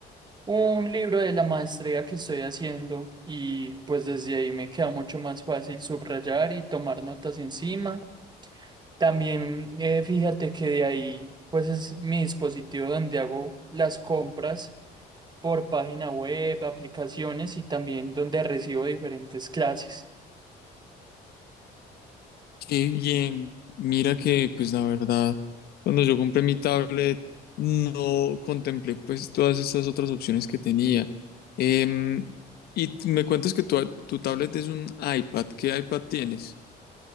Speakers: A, on the right; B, on the left.
A: un libro de la maestría que estoy haciendo y pues desde ahí me queda mucho más fácil subrayar y tomar notas encima. También eh, fíjate que de ahí, pues es mi dispositivo donde hago las compras por página web, aplicaciones y también donde recibo diferentes clases.
B: Qué bien. Mira que, pues la verdad, cuando yo compré mi tablet, no contemplé pues todas estas otras opciones que tenía. Em, y t- me cuentas que tu, tu tablet es un iPad. ¿Qué iPad tienes?